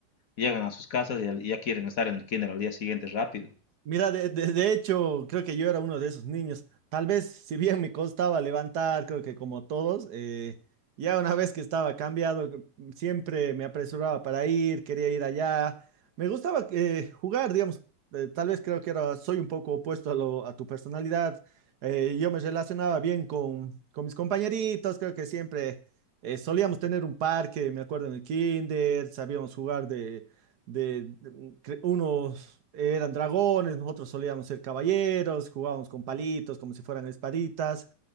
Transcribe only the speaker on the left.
Llegan a sus casas y al- y ya quieren estar en el kinder al día siguiente rápido.